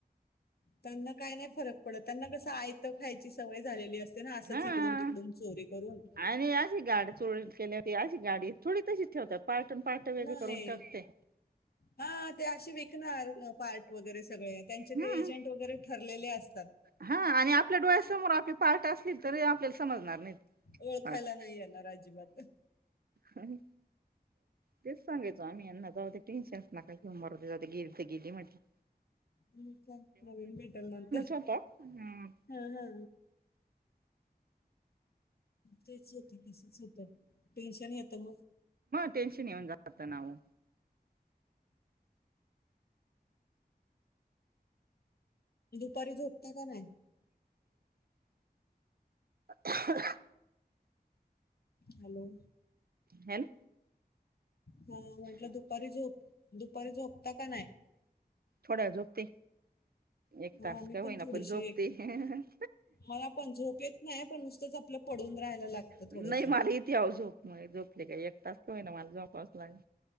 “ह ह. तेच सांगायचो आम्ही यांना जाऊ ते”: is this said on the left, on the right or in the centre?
Right